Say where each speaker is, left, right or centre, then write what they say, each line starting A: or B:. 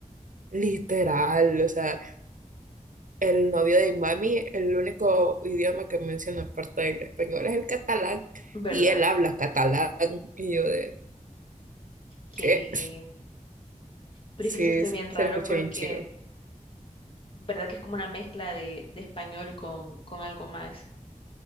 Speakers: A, on the right; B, on the left.
A: Literal, o sea, el novio de mami, el único idioma que menciona aparte del español es el catalán
B: ¿verdad?
A: y él habla catalán y yo de,
B: Que,
A: ¿qué?
B: pero
A: Sí,
B: es que eso está
A: se
B: bien raro
A: se lo escucha
B: porque,
A: bien chido.
B: ¿verdad que es como una mezcla de, de español con, con algo más?